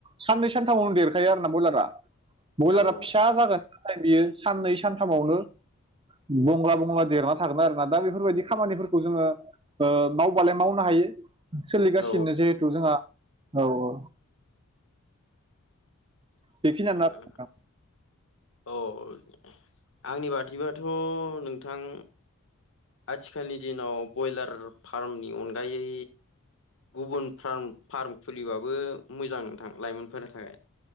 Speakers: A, on the right (about 25°); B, on the left (about 60°).
A: साननै सानथामावनो देरखायो आरोना बयलारा। बयलारा
B: औ
A: फिसा जागोन नथाय बियो साननै सानथामावनो बंला बंला देरना थागोनना आरोना दा बेफोरबायदि खामानिफोरखौ जोङो ओ मावबालाय मावनो हायो सोलिगासिनो
B: औ
A: जिहेथु जोंहा औ औ। बेखिनियानो आरो
B: अ
A: नोंथां
B: औ ओ आंनि बाथिबाथ' नोंथां आथिखालनि दिनाव बयलार फार्मनि अनगायै गुबुन फार्म फार्म खुलिबाबो मोजां नोंथां लाइमोनफोरनि थाखाय।